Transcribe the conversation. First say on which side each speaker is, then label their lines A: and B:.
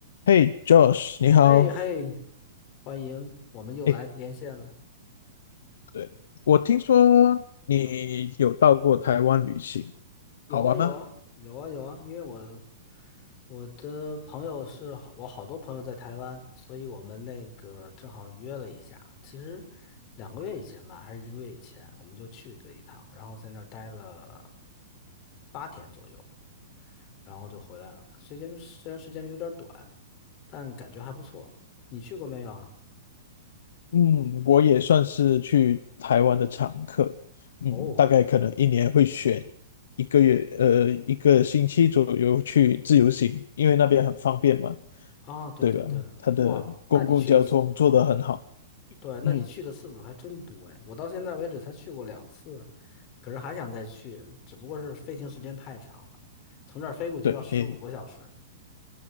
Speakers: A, on the left (about 65°); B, on the left (about 25°).
A: 嘿，Josh，你好。
B: 嘿嘿，欢迎，我们又来连线了。
A: 哎，对，我听说你有到过台湾旅行，
B: 有啊有啊有啊有啊，
A: 好玩吗？
B: 因为我我的朋友是好我好多朋友在台湾，所以我们那个正好约了一下。其实两个月以前吧，还是一个月以前，我们就去了一趟，然后在那儿待了八天左右，然后就回来了。时间虽然时间有点短，但感觉还不错。你去过没有啊？
A: 嗯，我也算是去台湾的常客。嗯，
B: 哦，
A: 大概可能一年会选一个月，呃，一个星期左右去自由行，因为那边很方便嘛，
B: 啊，对对对，
A: 对吧？它的公共交通做得很好。
B: 哇，那你去的是？对，那你去的次数还真多哎，
A: 嗯，
B: 我到现在为止才去过两次，可是还想再去，只不过是飞行时间太长了，从这儿飞过去要十五个小时。
A: 对，你，